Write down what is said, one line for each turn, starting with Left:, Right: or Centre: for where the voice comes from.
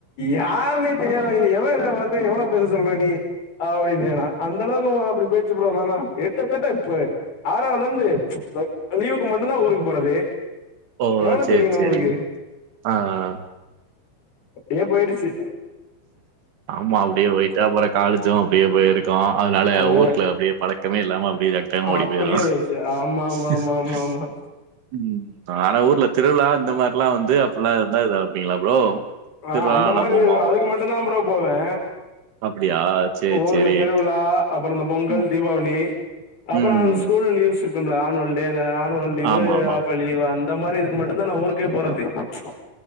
Left: யாருனே தெரியாதவய்ங்களே எவ எவன பேச சொல்ற நீ அப்டின்னுவே நா அந்தளவுக்கு அப்டி போய்ருச்சி ப்ரோ நானா எட்டத்தட்ட இ ஆறாவதுலருந்து ச் லீவுக்கு மட்டுதா ஊருக்கு போறது
Right: ஓ!
Left: எவ்ளோ
Right: சரி,
Left: தெரியனு
Right: சரி.
Left: உங்களுக்கு
Right: ஆ ஆ
Left: அப்டியே போயிடுச்சி
Right: அம்மா அப்டியே போயிட்டு அப்றோ காலேஜு அப்டியே போயிருக்கோ அதனால
Left: அஹ்
Right: ஊருக்குள்ள அப்டியே பழ க்கமே இல்லாம அப்டெ நெஸ்ட் டைம் ஓடி
Left: அப்படியே
Right: போய்யிர்லா
Left: போயிடுச்சு ஆமா
Right: <unintelligible>
Left: ஆமா ஆமா ஆமா ஆமா
Right: ம் ஆனா ஊர்ல திருவிழா இந்த மாரிலா வந்து அப்பல்லா இருந்தா இதா இருப்பீங்ளா ப்ரோ
Left: ஆ
Right: திருவிழா
Left: அந்த
Right: நல்லா
Left: மாரி
Right: போமா
Left: அதுக்கு மட்டுதா ப்ரோ போவே
Right: அப்டியா சேரி
Left: ஊர்ல
Right: சேரி
Left: திருவிழா அப்றோ இந்த பொங்கல்
Right: ம்
Left: தீபாவளி அப்றோ
Right: ம்.
Left: ஸ்கூல் லீவ்ஸ் இருக்கும்ல ஆனுவல் டே ஆனுவல் லீவு
Right: ஆமா ஆமா
Left: ஆப்பலி லீவு அந் ந்த மாரி இதுக்கு மட்டுதா நா ஊருக்கே போறது ச்